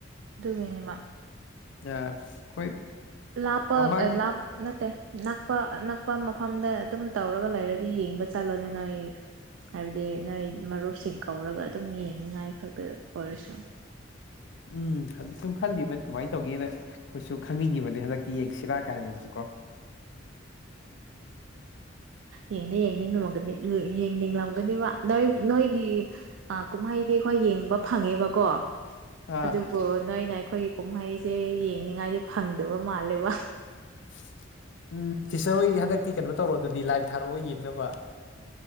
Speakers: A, on the right; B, on the left.
A: ꯑꯗꯨꯒꯅꯦꯃ
B: ꯑꯩꯈꯣꯏ
A: ꯂꯥꯄ
B: ꯃꯃꯥꯡ
A: ꯂꯥ ꯅꯠꯇꯦ ꯅꯛꯄ ꯅꯛꯄ ꯃꯐꯝꯗ ꯑꯗꯨꯝ ꯇꯧꯔꯒ ꯂꯩꯔꯗꯤ ꯌꯦꯡꯕ ꯆꯠꯂꯣꯅꯤꯅ ꯑꯩ ꯍꯥꯏꯕꯗꯤ ꯅꯣꯏ ꯃꯔꯨꯞꯁꯤꯡ ꯀꯧꯔꯒ ꯑꯗꯨꯝ ꯌꯦꯡꯅꯤꯉꯥꯏ ꯈꯛꯇꯗ ꯑꯣꯏꯔꯁꯨ
B: ꯎꯝ ꯁꯨꯝ ꯈꯜꯂꯤꯕ ꯀꯃꯥꯏꯅ ꯇꯧꯒꯦꯅ ꯑꯩꯈꯣꯏꯁꯨ ꯈꯪꯅꯤꯡꯉꯤꯕꯅꯦ ꯍꯟꯗꯛꯇꯤ ꯌꯦꯡꯁꯤꯔꯥ ꯀꯥꯏꯅꯪꯁꯨ ꯀꯣ
A: ꯌꯦꯡꯗꯤ ꯌꯦꯡꯅꯤꯡꯒꯅꯤ ꯌꯦꯡꯅꯤꯡꯂꯝꯒꯅꯦꯕ ꯅꯣꯏ ꯅꯣꯏꯒꯤ ꯀꯨꯝꯍꯩꯗꯤ ꯑꯩꯈꯣꯏ ꯌꯦꯡꯕ ꯐꯪꯉꯦꯕꯀꯣ
B: ꯑꯥ
A: ꯑꯗꯨꯕꯨ ꯅꯣꯏꯅ ꯑꯩꯈꯣꯏꯒꯤ ꯀꯨꯝꯍꯩꯁꯦ ꯌꯦꯡꯅꯤꯡꯉꯥꯏꯗꯤ ꯐꯪꯗꯕ ꯃꯥꯜꯂꯦꯕ
B: <unintelligible> ꯎꯝ ꯇꯤꯆꯔ ꯍꯣꯏ ꯍꯟꯗꯛꯇꯤ ꯀꯩꯅꯣ ꯇꯧꯔꯣ ꯑꯗꯨꯗꯤ ꯂꯥꯏꯚ ꯊꯥꯔꯛꯑꯣ ꯌꯦꯡꯅꯕ